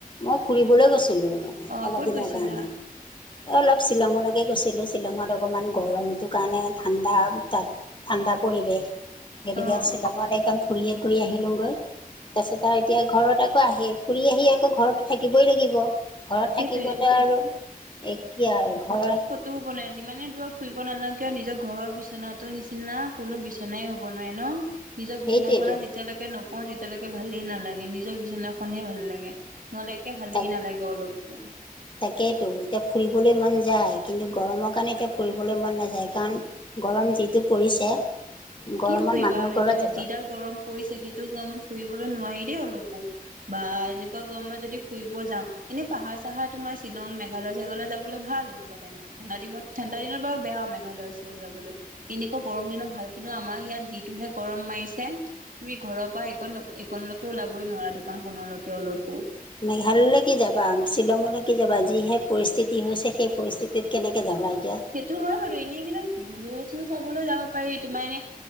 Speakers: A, on the left; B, on the right.
A: মই ফুৰিবলৈ গৈছিলোঁ মানে
B: অ
A: অলপ
B: ক'ত
A: দিনৰ
B: গৈছিলা
A: কাৰণে। অলপ শ্বিলঙলৈকে গৈছিলোঁ, শ্বিলঙত অকণমান গৰমটোৰ কাৰণে ঠাণ্ডা তাত ঠাণ্ডা পৰিৱেশ, সেইটোকে
B: অ',
A: শ্বিলং <unintelligible> ফুৰিয়ে কৰি আহি লোঁগৈ। তাৰপিছত আৰু এতিয়া ঘৰত আকৌ আহে ফুৰি আহি আকৌ ঘৰত থাকিবই লাগিব। ঘৰত
B: সেইটোৱে।
A: থাকিবতে আৰু এক আৰু ঘৰৰ
B: টো হ'ব নাই। যিমানে দূৰত ফুৰিব নাযাও কিয় নিজৰ ঘৰৰ বিচনাতো নিচিনাা কোনো বিচনাই হ'ব নোৱাৰে ন? নিজৰ
A: সেইটোৱেতো
B: বিচনাখনে যেতিয়ালৈকে নোপোৱাওঁ তেতিয়ালৈকে ভালেই নালাগে নিজৰ বিচনাখনহে ভাল লাগে। নহ'লে একে ভালেই
A: তাক
B: নালাগে অলপো।
A: তাকেইতো এতিয়া ফুৰিবলৈ মন যায়, কিন্তু গৰমৰ কাৰণে এতিয়া ফুৰিবলৈ মন নাযায় কাৰণ গৰম যিটো পৰিছে গৰমত
B: কি ফুৰিবা
A: মানুহৰ
B: আৰু
A: ঘৰত
B: এইটো
A: যাব
B: যিডাল গৰম পৰিছে সেইটো গম ফুৰিবলৈ নোৱাৰি দেই অলপো। বা এনেকুৱা গৰমত যদি ফুৰিব যাওঁ, এনে পাহাৰ চাহাৰ তোমাৰ শ্বিলং, মেঘালয়-চেঘালয় যাব বোল ভাল এনেকুৱা টাইমত ঠাণ্ডাদিমত ঠণ্ডা দিনত বাও বেয়া মেঘালয় শ্বিলং যাবলৈ এনেকুৱা গৰম দিনত ভাল কিন আমাৰ ইয়াত যিটোহে গৰম মাৰিছে। তুমি ঘৰৰ পা এইকণ নক এইকণ ওলাবই নোৱাৰা দোকানখনলৈকে অলপো
A: মেঘালয়লৈ কি যাবা, শ্বিলঙলৈ কি যাবা, যিহে পৰিস্থিতি হৈছে সেই পৰিস্থিতিত কেনেকৈ যাবা এত-
B: সেটো হয় বাৰু এনেই কিন্তু ভিউ চিউ চাবলৈ যাব পাৰি তোমাৰ এনে